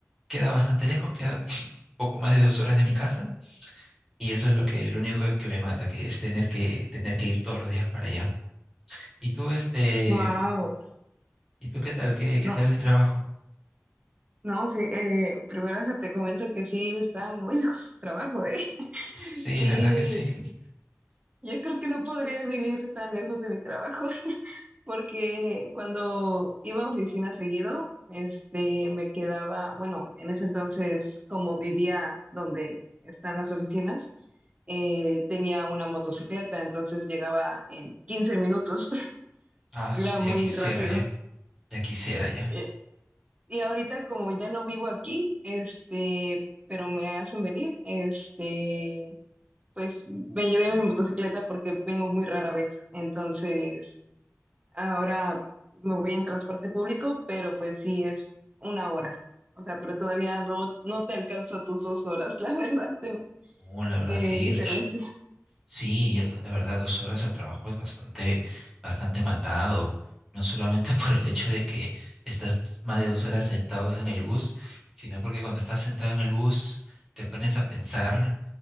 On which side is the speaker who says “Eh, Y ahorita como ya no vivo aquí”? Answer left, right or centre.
Right